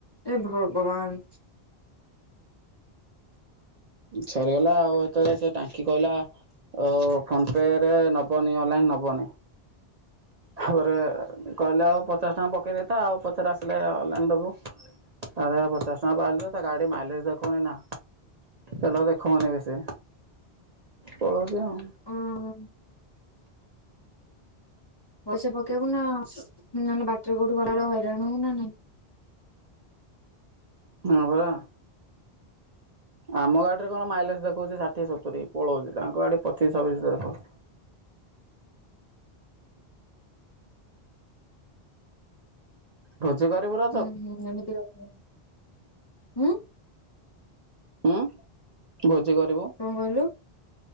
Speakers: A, on the left; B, on the right.
A: ଏ ଭଗବାନ।
B: ସରିଗଲା ଆଉ ହେତ ଏ ସେ ଟାଙ୍କି କହିଲା ଓ ଫୋନ ପେରେ ନବନି ଅନଲାଇନ୍ ନବନି। ଥରେ କହିଲେ ଆଉ ପଚାଶ ଟଙ୍କା ପକେଇ ଦେଇଥା ଆଉ ପଛରେ ଆସିଲେ ଅନଲାଇନ୍ ଦବୁ। ତା ପଚାଶ ଟଙ୍କା ପାଇଲି ଯେ ଗାଡି ମାଇଲେଜ ଦେଖଉନି ନା। ତେଲ ଦେଖୋଉନି ବେଶୀ ପଳଉଚି ଆଉ।
A: ହଁ। ପଇସା ପକେଇବୁ ନା ନହେଲେ ବାଟରେ କୋଉଠୁ ଗଲାବେଳେ ହଇରାଣ ହବୁ ନା ନାଇଁ।
B: ହଁ ବା। ଆମ ଗାଡ଼ି ରେ କଣ ମାଇଲେଜ ଦେଖଉଛି ଷାଠିଏ ସତୁରି ପଳଉଚି ତାଙ୍କ ଗାଡ଼ି ପଚିଶ ଛବିଶରେ ଦେଖଉଛି। ଭୋଜି କରରେବୁର
A: ହୁଁ ହୁଁ ଏମିତି <unintelligible> ହୁଁ
B: ଉଁ ଭୋଜି କରିବ।
A: କଣ କହିଲୁ